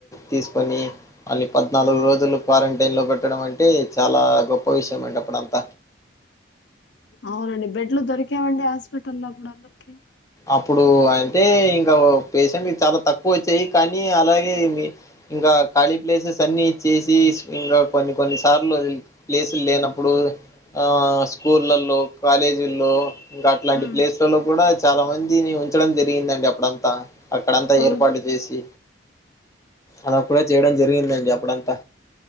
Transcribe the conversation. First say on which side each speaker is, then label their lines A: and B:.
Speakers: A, on the left; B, on the left.
A: తీసుకొని మళ్ళీ పద్నాలుగు రోజులు క్వారంటైన్లో పెట్టడం. అంటే చాలా గొప్ప పోవి సెమెట్ప్పుడు అంత
B: అవునండి బెడ్లు దొరికావండి హాస్పిటల్ లో అప్పుడు అందరికి.
A: అప్పుడు అయింటే ఇంకా పేసెంట్ చాలా తక్కువ వచ్చాయి కానీ అలాగే మీ ఇంకా ఖాళీ ప్లేసెస్ అన్ని చేసి ఇంకా కొన్ని కొన్ని సార్లు ప్లేసులు లేనప్పుడు ఆ స్కూళ్ళలో కాలేజీల్లో. ఇంకా అట్లాంటి
B: ఉమ్
A: ప్లేస్లలో కూడా చాలా మందిని ఉంచడం జరిగిందండి అప్పుడంతా. అక్కడంతా
B: ఉమ్
A: ఏర్పాటు చేసి అలా కూడా చేయడం జరిగిందండి అప్పుడంతా.